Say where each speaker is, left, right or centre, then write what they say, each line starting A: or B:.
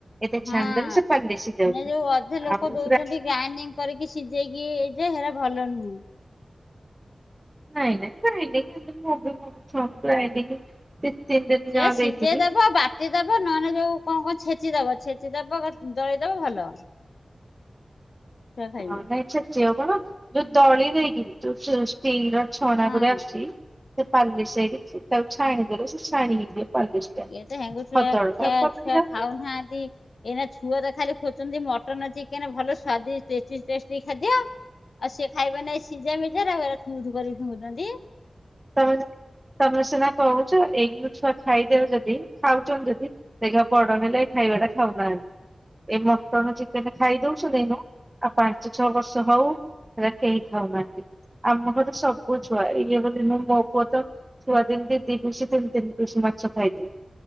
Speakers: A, on the right; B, on the left.
A: ଏତେ
B: ହଁ
A: ଛାନିଦେଲେ ସେଇଟା ପାଲ ଦେଶି ଯାଉଛି।
B: ଏ ଯୋଉ ଅଧେ ଲୋକ
A: ଆଉ
B: ଦଉଛନ୍ତି
A: ପୁର
B: ଗ୍ରାଇଣ୍ଡିଙ୍ଗ କରିକି ସିଝେଇକି ଏଇ ଯେ ହେରା ଭଲ ନୁହେଁ।
A: ନାଇଁ ନାଇଁ ଗାଇଲେି ମୁଁ ବି ମୁ ଗି ଦି ତିନ ଦିନ
B: ସେ
A: ଜମା ଯଦଇଥିଲି।
B: ସିଝେଇ ଦବ ବାଟି ଦବ ନହେଲେ ଯୋଉ କଣ କଣ ଛେଚି ଦବ ଛେଚି ଦବ ଦଳି ଦବ ଭଲ। ଛୁଆ ଖାଇବେ
A: ହଁ ନାଇଁ ଛେଚିବ କଣ ଯୋଉ ଦଳି ଦେଇକି ଯୋଉ ଷ୍ଟିଲ ର ଛଣା
B: ହଁ
A: ଗୋରେ ଆସୁଛି ସେ ପାଲିସ ହେଇକି ତାକୁ ଛାଣିଦେଲେ ସେ ଛାଣିକି ଦି ପାଲିସ ଟା
B: ଇଏ ତ ହେଙ୍ଗୁଛୁଆ
A: ଖଦଡ
B: ଖିଆଛୁଆ
A: ଟା ପକେଇଲା
B: ଖାଉ ନାହାନ୍ତି। ଏଇନା ଛୁଆ ତ ଖାଲି ଖୋଜଚନ୍ତି ମଟନ୍ ଚିକେନ ଭଲ ସ୍ଵାଦିଷ୍ଟ ଟେଷ୍ଟି ଟେଷ୍ଟି ଖାଦ୍ୟ ଆଉ ସିଏ ଖାଇବା ନାଇଁ ସିଝା ମିଝା ରାକୁ ଏରା ଥୁଥୁ କରି ଫିଙ୍ଗୁ ଚନ୍ତି।
A: ତମେ ନା ତମେ ସିନା କହୁଛ ଏଗୁ ଛୁଆ ଖାଇଦେବେ ଯଦି ଖାଉଛ ଯଦି ସେଇା ପଡନ ହେ ଲ ଏ ଖାଇବା ଟା ଖାଉନାହାନ୍ତି ଏଇ ମଟନ ଚିକେନ ଖାଇ ଦଉଛନ୍ତିଛନ୍ତି। ଆଉ ପାଞ୍ଚ ଛଅ ବର୍ଷ ହଉ ହେରା କେହି ଖାଉ ନାହାନ୍ତି। ଆମ ଘର ସବୁ ଛୁଆ ଇଏ କିନ ମୋ ପୁଅ ତ ଛୁଆ ଦି ତିନି ପିସ ମାଛ ଖାଇଦିଏ।